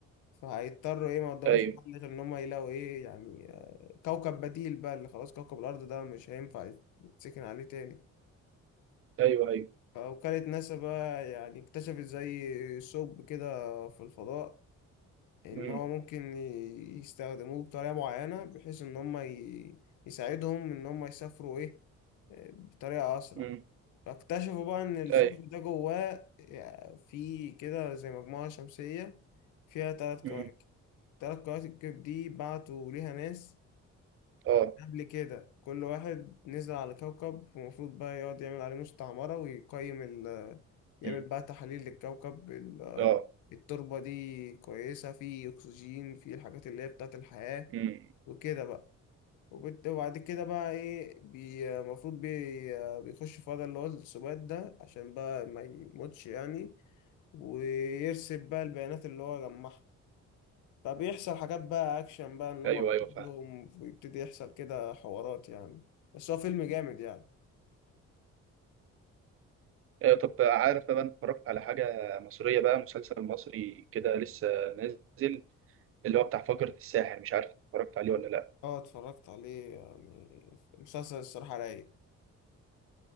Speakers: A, on the left; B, on the right.
A: فهيضطروا ايه ما قدامهمش
B: ايوه
A: حل غير ان هم يلاقوا ايه يعني آه، كوكب بديل بقى اللي خلاص كوكب الارض ده مش هينفع يتسكن عليه تاني
B: ايوه ايوه
A: فوكالة ناسا بقى يعني اكتشفت زي ثقب كده في الفضاء ان
B: امم
A: هو ممكن ي- يستخدموه بطريقة معينة بحيث ان هم ي- يساعدهم ان هم يسافروا ايه آه، بطريقة اسرع
B: امم
A: فاكتشفوا بقى ان الثقب
B: ايوه
A: ده جواه آه، في كده زي مجموعة شمسية فيها تلات
B: امم
A: كواكب التلات كواكب دي بعتوا ليها ناس
B: اه
A: قبل كده كل واحد نزل على كوكب المفروض بقى يقعد يعمل عليه مستعمرة ويقيم ال يعمل
B: مم.
A: بقى تحاليل للكوكب ال-
B: اه
A: التربة دي كويسة فيه أكسجين فيه الحاجات اللي هي بتاعت الحياة
B: امم
A: وكده بقى وبت- وبعد كده بقى إيه بي- المفروض بي بيخش في وضع اللي هو السبات ده عشان بقى ما يموتش يعني ويرسب بقى البيانات اللي هو جمعها فبيحصل حاجات بقى اكشن بقى ان هم
B: ايوه ايوه فاهم
A: كلهم ويبتدي يحصل كده حوارات يعني بس هو فيلم جامد يعني
B: ايوه طب عارف بقى انا اتفرجت على حاجه مصريه بقى مسلسل مصري كده لسه نازل اللي هو بتاع فجرة الساحر مش عارف اتفرجت عليه ولا لا
A: اه اتفرجت عليه يعني مسلسل الصراحة رايق